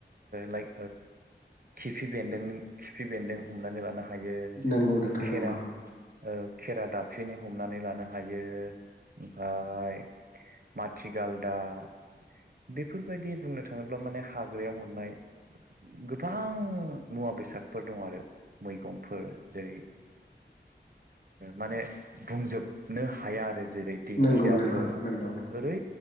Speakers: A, on the right (about 50°); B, on the left (about 50°).
A: लाइक खिफि बेन्दों खिफि बेन्दों हमनानै लानो हागोन ायो
B: नंगौ नोंथां
A: खेरा
B: नंगौ
A: खेरा दाफनि हमनानै लानो हायो ओमफ्राय माथिगालदाब बेफोरबायदि बुंनो थाङोब्ला माने हाग्रायाव मोननाय गोबां मुवा बेसादफोर दं आरो मैगंफोर जेरै
B: <inaudible>
A: माने बुंजोबनो हाया आरो जेरै दिंखियाफोर
B: नंगौ नंगौ नंगौ
A: ओरै